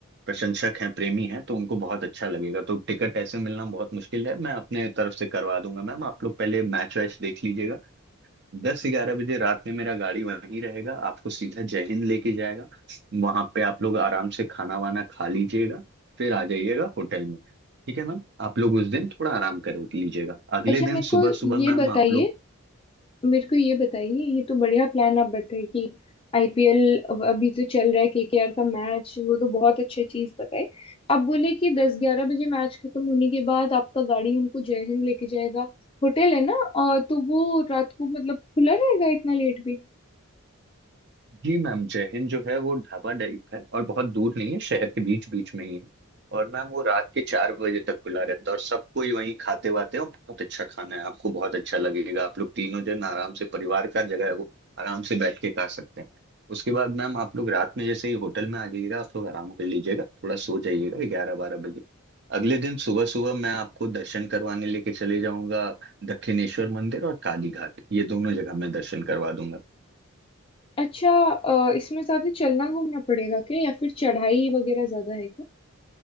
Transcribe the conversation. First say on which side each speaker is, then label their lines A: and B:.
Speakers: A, on the right; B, on the left.
A: प्रशंसक हैं प्रेमी हैं तो उनको बहुत अच्छा लगेगा तो टिकट ऐसे मिलना बहुत मुश्किल है मैं अपने तरफ से करवा दूंगा मैम आप लोग पहले मैच वैच देख लीजिएगा दस ग्यारह बजे रात में मेरा गाड़ी वहीं रहेगा आपको सीधा जय हिंद लेके जाएगा वहां पे आप लोग आराम से खाना वाना खा लीजिएगा फिर आ जाइएगा होटल में ठीक है मैम आप लोग उस दिन थोड़ा आराम कर लीजिएगा अगले
B: अच्छा मेरे
A: दिन सुबह
B: को
A: सुबह
B: ये
A: मैम
B: बताइए
A: आप लोग
B: मेरे को ये बताइए ये तो बढ़िया प्लान आप बताइए कि आईपीएल अभी तो चल रहा है केकेआर का मैच वो तो बहुत अच्छी चीज बताए आप बोले कि दस ग्यारह बजे मैच खत्म होने के बाद आपका गाड़ी हमको जय हिंद लेके जाएगा होटल है ना अ, तो वो रात को मतलब खुला रहेगा इतना लेट भी
A: जी मैम जय हिंद जो है वो ढाबा टाइप है और बहुत दूर नहीं है शहर के बीच बीच में ही है और मैम वो रात के चार बजे तक खुला रहता है और सब कोई वहीं खाते वाते हैं और बहुत अच्छा खाना है आपको बहुत अच्छा लगेगा आप लोग तीनों जन आराम से परिवार का जगह है वो आराम से बैठ के खा सकते हैं उसके बाद मैम आप लोग रात में जैसे ही होटल में आ जाइएगा आप लोग आराम कर लीजिएगा थोड़ा सो जाइएगा ग्यारह बारह बजे अगले दिन सुबह सुबह मैं आपको दर्शन करवाने लेके चले जाऊंगा दक्षिणेश्वर मंदिर और काली घाट ये दोनों जगह मैं दर्शन करवा दूंगा
B: अच्छा अ, इसमें साथ ही चलना घूमना पड़ेगा क्या या फिर चढ़ाई वगैरह ज्यादा है